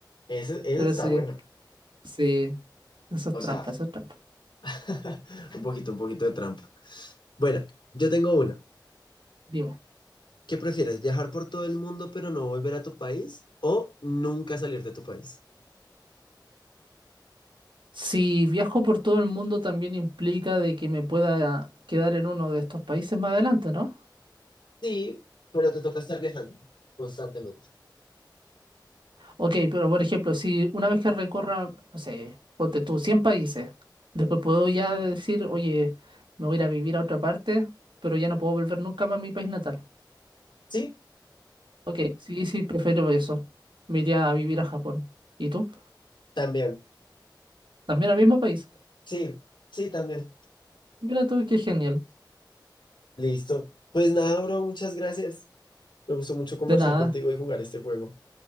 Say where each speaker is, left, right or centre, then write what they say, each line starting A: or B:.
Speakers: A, on the left (about 75°); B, on the right (about 85°).
A: Ese, ese
B: pero
A: está
B: sí,
A: bueno.
B: sí, eso es
A: O
B: trampa,
A: sea,
B: eso es trampa.
A: <laughs> un poquito, un poquito de trampa. Bueno, yo tengo una.
B: Dime.
A: ¿Qué prefieres? ¿Viajar por todo el mundo pero no volver a tu país? ¿O nunca salir de tu país?
B: Si viajo por todo el mundo también implica de que me pueda quedar en uno de estos países más adelante, ¿no?
A: Sí, pero te toca estar viajando constantemente.
B: Ok, pero por ejemplo, si una vez que recorra, no sé, ponte tú, 100 países, después puedo ya decir, oye, me voy a ir a vivir a otra parte, pero ya no puedo volver nunca para mi país natal.
A: Sí,
B: Ok, sí, sí, prefiero eso. Me iría a vivir a Japón. ¿Y tú?
A: también.
B: También al mismo país.
A: Sí, sí, también.
B: Mira tú, qué genial.
A: Listo. Pues nada, bro, muchas gracias. Me gustó mucho conversar
B: De nada,
A: contigo y jugar este juego.